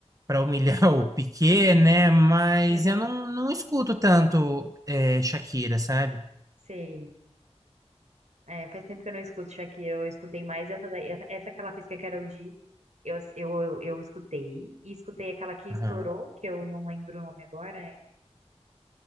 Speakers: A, on the right; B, on the right.
A: para humilhar <laughs> o Piquet,
B: <laughs>
A: né? Mas
B: Aham.
A: eu não, não escuto tanto é, Shakira, sabe?
B: Sei. É, faz tempo que eu não escuto Shakira, eu escutei mais essa daí, essa, essa que ela fez com a Karol G, eu, eu, eu, eu escutei, e escutei aquela que estourou,
A: Aham.
B: que eu não lembro o nome agora, é...